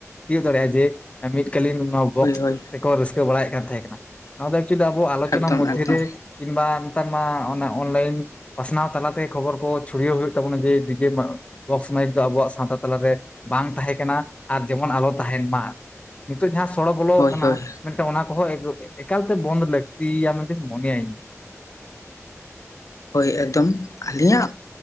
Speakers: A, on the left (about 20°); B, on the left (about 80°).
A: ᱛ ᱛ ᱡᱮ ᱟ <unintelligible> ᱠᱟᱞᱤᱱ ᱱᱚᱣᱟ ᱵᱚᱠᱥ
B: ᱦᱳᱭ ᱦᱳᱭ
A: ᱛᱮᱠᱚ ᱨᱟᱹᱥᱠᱟᱹ ᱵᱟᱲᱟᱭᱮᱫ ᱠᱟᱱ ᱛᱟᱦᱮᱸ ᱠᱟᱱᱟ ᱱᱚᱣᱟ ᱫᱚ ᱮᱠᱪᱩᱭᱮᱞᱤ ᱟᱵᱚ ᱟᱞᱳᱪᱚᱱᱟ
B: ᱮᱠᱫᱚᱢ
A: ᱢᱚᱫᱽᱫᱷᱮ
B: ᱮᱠᱫᱚᱢ
A: ᱨᱮ ᱠᱤᱝᱵᱟ ᱱᱮᱛᱟᱨ ᱢᱟ ᱚᱱᱮ ᱚᱱᱞᱟᱭᱤᱱ ᱯᱟᱥᱱᱟᱣ ᱛᱟᱞᱟᱛᱮ ᱠᱷᱚᱵᱚᱨ ᱠᱚ ᱪᱷᱩᱲᱭᱟᱹᱣ ᱦᱩᱭᱩᱜ ᱛᱟᱵᱚᱱᱟ ᱡᱮ ᱰᱤᱡᱮ ᱵᱚᱠᱥ ᱢᱟᱭᱤᱠ ᱫᱚ ᱟᱵᱚᱣᱟᱜ ᱥᱟᱶᱛᱟ ᱛᱟᱞᱟᱨᱮ ᱵᱟᱝ ᱛᱟᱦᱮᱸ ᱠᱟᱱᱟ ᱟᱨ ᱡᱮᱢᱚᱱ ᱟᱞᱚ ᱛᱟᱦᱮᱱ ᱢᱟᱹ ᱱᱤᱛᱚᱜ ᱡᱟᱦᱟᱸ ᱥᱚᱲᱚ ᱵᱚᱞᱚ
B: ᱦᱳᱭ
A: ᱟᱠᱟᱱᱟ
B: ᱦᱳᱭ
A: ᱢᱮᱱᱠᱷᱟᱱ ᱚᱱᱟ ᱠᱚᱦᱚᱸ ᱮᱠᱟᱞᱛᱮ ᱵᱚᱱᱫ ᱞᱟᱹᱠᱛᱤᱭᱟ ᱢᱮᱱᱛᱮ ᱢᱚᱱᱮᱭᱟ ᱤᱧ
B: ᱦᱳᱭ ᱮᱠᱫᱚᱢ ᱟᱹᱞᱤᱧᱟᱜ